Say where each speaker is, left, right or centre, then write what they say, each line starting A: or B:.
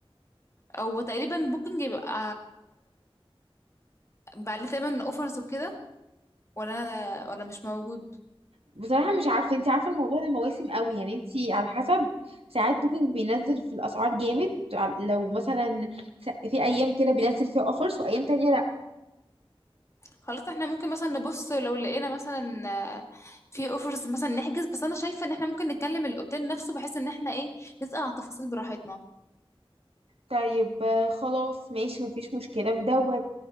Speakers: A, on the left (about 30°); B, on the right (about 75°).
A: او تقريبا بوكينج بيبقى بيبقى عليه تقريبا اوفرز وكده ولا ولا مش موجود
B: بصراحه مش عارفه انتي عارفه الموضوع ده مواسم قوي يعني انتي على حسب ساعات بوكينج بينزل في الاسعار جامد على- لو مثلا س- في ايام كده بينزل فيها اوفرز وايام تانية
A: خلاص احنا ممكن مثلا نبص لو لقينا مثلا آه، في اوفرز مثلا نحجز بس انا شايفه ان احنا ممكن نتكلم الاوتيل نفسه بحيث ان احنا ايه نسال على التفاصيل براحتنا
B: طيب آه، خلاص ماشي مفيش مشكلة في دوت